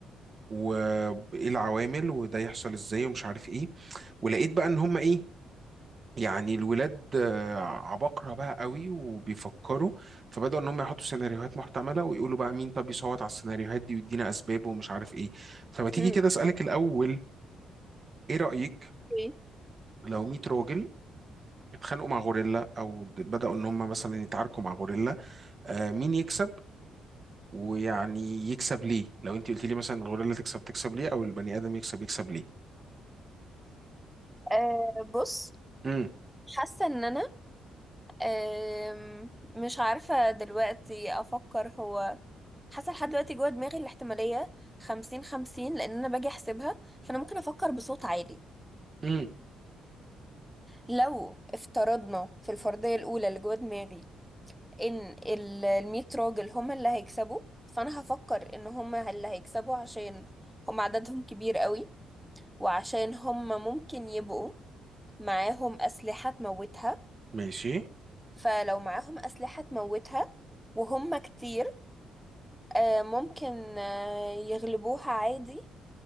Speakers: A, on the right (about 35°); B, in the centre.
A: وايه العوامل وده يحصل ازاي ومش عارف ايه ولقيت بقى ان هم ايه يعني الولاد آه، عباقرة بقى قوي وبيفكروا فبدأوا ان هم يحطوا سيناريوهات محتملة ويقولوا بقى مين طب يصوت على السيناريوهات دي ويدينا اسبابه ومش عارف ايه فما تيجي
B: مم.
A: كده اسألك الاول ايه رأيك
B: اوكي
A: لو 100 راجل اتخانقوا مع غوريلا او د- بدأوا ان هم مثلا يتعاركوا مع غوريلا آه، مين يكسب ويعني يكسب ليه لو انت قلت لي مثلا الغوريلا تكسب تكسب ليه او البني ادم يكسب يكسب ليه
B: أه بص
A: امم
B: حاسة ان انا أم، مش عارفة دلوقتي افكر هو حاسة لحد دلوقتي جوه دماغي الاحتمالية خمسين خمسين لان انا باجي احسبها فانا ممكن افكر بصوت عالي
A: امم
B: لو افترضنا في الفرضية الاولى اللي جوه دماغي ان ال- المية راجل هم اللي هيكسبوا فانا هفكر ان هم اللي هيكسبوا عشان هم عددهم كبير قوي وعشان هم ممكن يبقوا معاهم اسلحة تموتها
A: ماشي
B: فلو معاهم أسلحة تموتها وهم كتير آه، ممكن آه، يغلبوها عادي